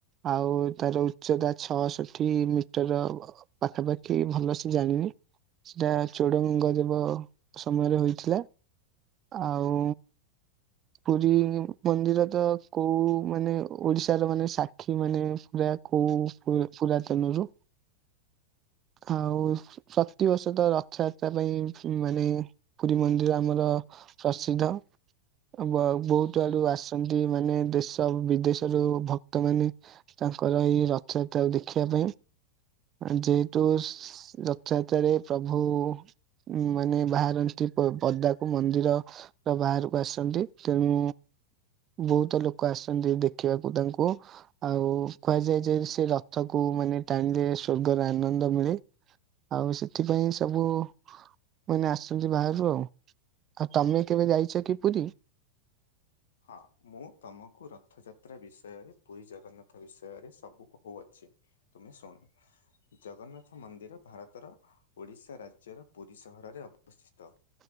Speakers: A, on the right; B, on the left.
A: ଆଉ ତାର ଉଚ୍ଚତା ଛଅଷଠି ମିଟର ପାଖାପାଖି ଭଲ ସେ ଜାଣିନି। ସେଟା ଚୋଡଗଙ୍ଗଦେବ ସମୟରେ ହୋଇଥିଲା ଆଉ ପୁରୀ ମନ୍ଦିର ତ କୋଉ ମାନେ ଓଡିଶାର ମାନେ ସାକ୍ଷୀ ମାନେ ପୁରା କୋଉ ପୁ ପୁୁରାତନରୁ ଆଉ ପ୍ରତିବର୍ଷ ତ ରଥଯାତ୍ରା ପାଇଁ ମାନେ ପୁରୀ ମନ୍ଦିର ଆମର ପ୍ରସିଦ୍ଧ। ଆ ବା-ବୋହୁତ ଆଡୁ ଆସନ୍ତି ମାନେ ଦେଶ ବିଦେଶରୁ ଭକ୍ତ ମାନେ ତା ତାଙ୍କର ଏଇ ରଥଯାତ୍ରା ଦେଖିବା ପାଇଁ। ଯେହେତୁ ଶ୍ ରଥଯାତ୍ରାରେ ପ୍ରଭୁ ଉଉଁ ମାନେ ବାହାରନ୍ତି ପଦାକୁ ମନ୍ଦିର ର ବାହାରୁ ଆସିଚନ୍ତି ତେଣୁ ବୋହୁତ ଲୋକ ଆସନ୍ତି ଦେଖିବାକୁ ତାଙ୍କୁ ଆଉ କୁହାଯାଏ ଯେ ସେ ରଥକୁ ବୁ ମାନେ ଟାଇମ୍ ଦେଲେ ସ୍ୱର୍ଗର ଆନନ୍ଦ ମିଳେ ଆଉ ସେଥିପାଇଁ ସବୁ ମାନେ ଆସୁଚନ୍ତି ବାହାରୁ ଆଉ। ଆଉ ତମେ କେବେ ଯାଇଚ କି ପୁରୀ?
B: ହଁ ମୁଁ ତମକୁ ରଥଯାତ୍ରା ବିଷୟରେ ପୁରୀ ଜଗନ୍ନାଥ ବିଷୟରେ ସବୁ କୋହୁଅଛି। ତମେ ଶୁଣ ଜଗନ୍ନାଥ ମନ୍ଦିର ଭାରତର ଓଡିଶା ରାଜ୍ୟର ପୁରୀ ସହରରେ ଅବସ୍ଥିତ